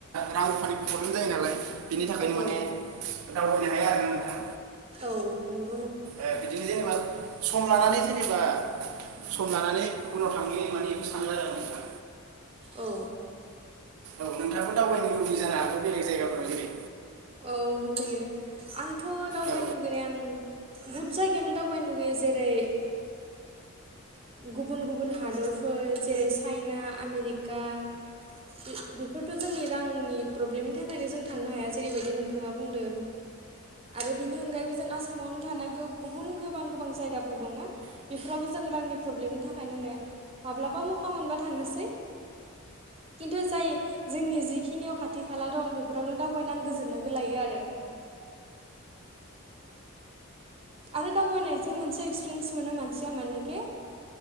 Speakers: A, on the right (about 85°); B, on the right (about 30°).
A: रां रुफानि प्रब्लेम जायो नालाय। बिनि थाखायनो माने
B: औ
A: दावबायनो हाया आरो ना नोंथां।
B: औ नों
A: ए बिदिनो जेनेबा सम लानानै जेनेबा। सम लानानै उनाव थांनि माने एखौ सानो आरोना आं दा
B: औ।
A: औ नोंथांङाबो दावबायनो लुबैयो जानो हागौ बेलेग जायगाफोराव जेरै
B: औ लुगैयो आंथ' दावबायनो
A: औ
B: लुगैनाया आं बहुद जायगायावनो दावबायनो लुगैयो जेरै गुबुन गुबुन हादरफोर जेरै चाइना आमेरिक दा बे बेफोरथ' जोंनि रांनि प्रब्लेमनि थाख खायनो जों थांनो हाया जेरैबायदि नोंथाङा बुंदों आरो बिनि अनगायैबो जों आसामाव थानाय गोब गुबुन गोबां गोबां जायगफोर दं ना बेफोरावबो जों रांनि प्रब्लेमनि थाखाय थांनोहाया माब्लाबा मखा मोनबा थांनोसै। खिन्थु जाय जोंनि जिखिनियाव खाथि खाला दं बेफोरावनो दावबायनो आं गोजोननायखौ लायो आरो‌। आरो दावबायनायजों मोनसे एक्सपिरियेन्स मोनो मानसिया मानेखे